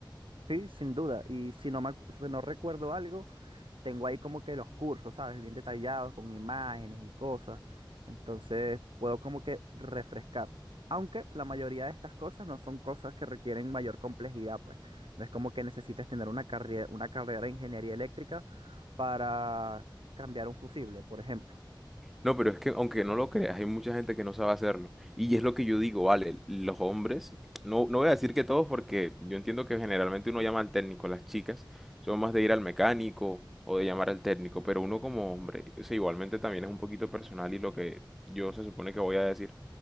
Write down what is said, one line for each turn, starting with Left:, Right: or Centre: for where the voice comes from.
Right: sí, sin duda. Y si no me, acu- si no recuerdo algo, tengo ahí como que los cursos, ¿sabes? Bien detallados, con imágenes y cosas. Entonces puedo como que refrescar. Aunque la mayoría de estas cosas no son cosas que requieren mayor complejidad, pues. No es como que necesites tener una carrera, una carrera de ingeniería eléctrica para cambiar un fusible, por ejemplo.
Centre: No, pero es que aunque no lo creas, hay mucha gente que no sabe hacerlo. Y es lo que yo digo, vale, los hombres, no, no voy a decir que todos porque yo entiendo que generalmente uno llama al técnico, las chicas son más de ir al mecánico o de llamar al técnico, pero uno como hombre, o sea, igualmente también es un poquito personal y lo que yo se supone que voy a decir,